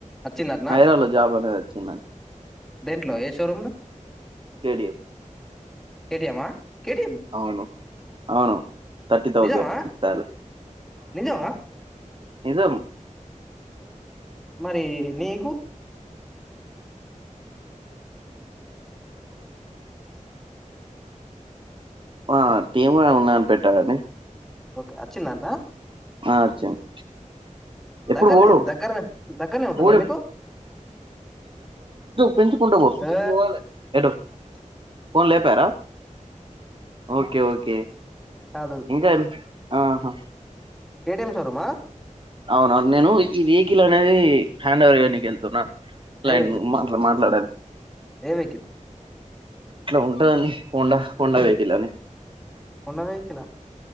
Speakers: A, in the centre; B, on the right (about 40°).
A: వచ్చిందటనా
B: హైదరాబాద్ లో జాబ్ అనేది వచ్చింది అండి
A: దేంట్లో ఏ షోరూమ్ లో
B: కేెడిఎఫ్
A: కేటిఎమ్ మ కేటిఎం
B: అవును అవును థర్టీ తౌసండ్
A: నిజమా
B: సాలరీ
A: నిజమా
B: నిజం
A: మరి నీకు
B: ఆ టీమ్ ఉన్నానని పెట్టాలని
A: ఓకే అచ్చిందంట
B: ఆ వచ్చింది ఎప్పుడు
A: దగ్గరనే
B: పోడు
A: దగ్గరనే దగ్గరనే ఉంటుందా
B: పోడు
A: మీకు
B: పెంచుకుంటా పో
A: ఏ,
B: పోవాలి ఎటు పోనీ లేపారా ఓకే ఓకే
A: కాదు
B: ఇంకేమి ఆహా
A: కేటిఎం షోరూమ
B: అవునా నేను ఈ వెహికల్ అనేది హ్యాండ్ ఓవర్ చేయనికి వెళ్తున్నా
A: ఏ
B: లైన్లో
A: వెహికల్
B: మాట్ మాట్లాడను
A: ఏ వేకిల్
B: ఇట్లా ఉంటుందండి హోండ హోండా వెహకిల్ అని
A: హోండా వెహికల్ లా